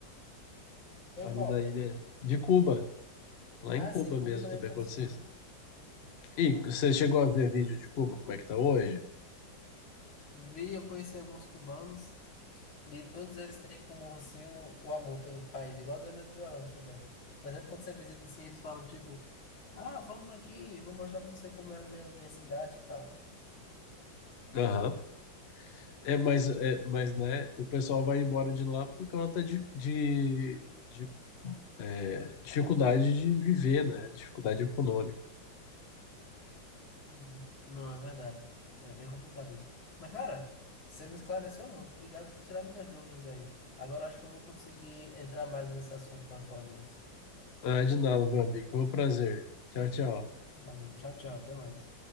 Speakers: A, on the left; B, on the left.
A: Foi
B: Ali
A: qual?
B: na ilha de Cuba. Lá
A: Ah,
B: em Cuba
A: sim, Cuba
B: mesmo
A: também
B: também
A: aconteceu,
B: aconteceu isso.
A: né?
B: E você chegou a ver vídeo de Cuba, como é que tá hoje?
A: Vi, eu conheci alguns cubanos. E todos eles têm em comum, assim, o, o amor pelo país, igual os venezuelanos também. Mas sempre quando você visita, assim, eles falam, tipo, ah, vamos aqui, vou mostrar pra você como era minha, minha cidade e tal.
B: Aham. É, mas, é, mas, né, o pessoal vai embora de lá por conta de, de, de é, dificuldade de viver, né? Dificuldade econômica.
A: Uhum. Não, é verdade. É bem complicado isso. Mas, cara, você me esclareceu muito. Obrigado por tirar minhas dúvidas aí. Agora eu acho que eu vou conseguir entrar mais nesse assunto nas rodinhas.
B: Ah, de nada, meu amigo. Foi um prazer. Tchau, tchau.
A: Valeu, tchau, tchau, até mais.